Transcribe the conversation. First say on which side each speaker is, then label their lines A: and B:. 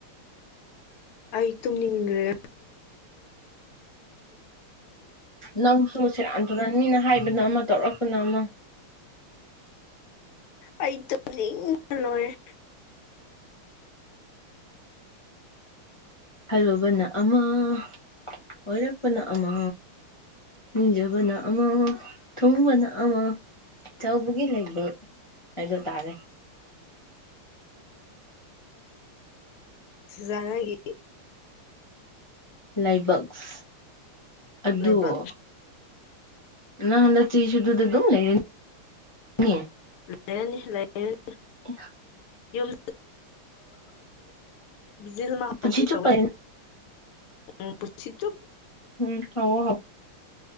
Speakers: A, on the left; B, on the left.
A: ꯑꯩ ꯇꯨꯝꯅꯤꯡꯈ꯭ꯔꯦ
B: ꯅꯪꯁꯨꯕꯨ ꯁꯦꯔꯥꯟ ꯇꯔ ꯃꯤꯅ ꯍꯥꯏꯕꯅ ꯑꯃ ꯇꯧꯔꯛꯄꯅ ꯑꯃ
A: ꯑ ꯇ ꯂꯣꯏ
B: ꯈꯜꯂꯨꯕꯅ ꯑꯃ ꯑꯣꯏꯔꯛꯄꯅ ꯑꯃ ꯅꯤꯡꯅꯤꯖꯕꯅ ꯑꯃ ꯊꯣꯡꯕꯅ ꯑꯃ ꯆꯥꯎꯧꯕꯒꯤ ꯂꯩꯕ ꯍꯥꯏꯗ ꯇꯥꯔꯦ
A: ꯖꯒꯦ
B: ꯂꯥꯏꯕꯛꯁ ꯑꯣ
A: ꯂꯩꯕꯥꯛ
B: ꯅ ꯍꯟꯗ ꯆꯤꯁꯨ ꯑꯗꯨꯗ ꯑꯗꯨꯝ ꯂꯩꯔꯅꯤ
A: ꯂꯩꯔꯅꯤ ꯂꯩꯔꯅꯤ
B: <inaudible>
A: ꯌꯨꯝ ꯕꯤꯜ ꯃꯍꯥꯎꯒꯤ
B: ꯄꯨꯟꯁꯤ ꯆꯨꯞꯄ
A: ꯇꯧꯋꯦ ꯎ ꯄꯨꯁꯤ ꯆ
B: ꯎꯝ ꯍꯥꯎ ꯍꯥꯎ